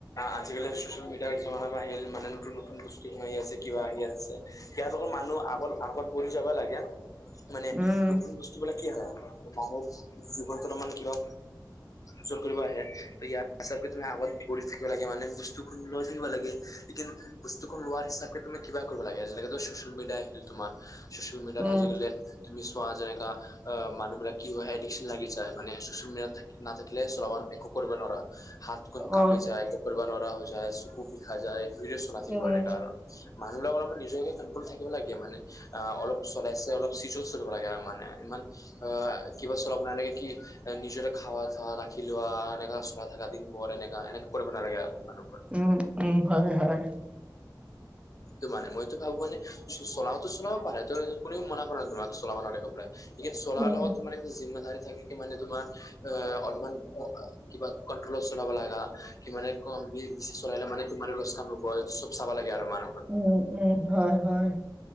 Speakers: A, on the left; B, on the right.
A: আজিকালি চচিয়েল মিডিয়াৰ জা বা আহ মানে নতুন-নতুন বস্তু কি আছে কিবা আহি আছে ইয়াৰ লগৰ মানুহ আগত-আগত বদি যাব লাগে। মানে
B: উম
A: নতুন বস্তুবিলাক কি হয়, মানুহৰ জীৱনটো অলপমান কিবা, চল কৰিব আহে ত ইয়াৰ হিচাপকে তুমি আগত গৰি থাকিব লাগে মানে বস্তু খু লৈ থাকিব লাগে। কিন্ত বস্তুখন লোৱাৰ হিচাপে তুমি কিব কৰিব লাগে, যেনেকে চচিয়েল মেডিয়া আহিল তোমাৰ। চচিয়েল মিডিয়াত
B: উম
A: আজিকালে তুমি চোৱা যেনেকা অ, মানুহ বিলাক কি হয়, এডিকশ্বন লাগি যায় মানে চচিয়েল মিডিয়াত নাথাকিলে চলাবা একো কৰিব নোৱাৰা হা, কুম
B: অ
A: কাপি যায়, কপৰ বনৰা হৈ যায়, চকু বিষাই যায় ভিদিঅ' চুনা থাক
B: উম
A: বান গ মানুহ লগক অলপমান নিজকে কণ্ট্ৰল থাকিব লাগে মানে। অ, অলপ চলাইছে অলপ চিজত চলিব লাগে মানে, ইমান অ, কিবা চলাব নালাগে কি? নিজৰে খাৱা খা ৰাখি লোৱা এনেককা চলাই থাককা দিন পৰ এনেকা-এনেকা কৰিব নালাগে আৰু মানুহৰ।
B: উম, উম, হয়-হয়।
A: টো মানে মইতো ভাবো মানে চলাও চলাব পাৰে তোমাক কোনেও মনা কৰা নাই তোমাক। ছলাব নোৱাৰে গৈ পেলাই লেকীন চলাহ
B: উম
A: লগত তোমাৰ একটা জিমদাৰী থাকে। মানে তোমাৰ অ, অলপমান কিবা কন্ট্ৰলত চলাব লাগা সিমানে কম বেছি চলে মানে তোমাৰেই লোকচান হব। ব চব চাবা লাগে আৰু মানুহৰ।
B: উম, উম, হয়-হয়।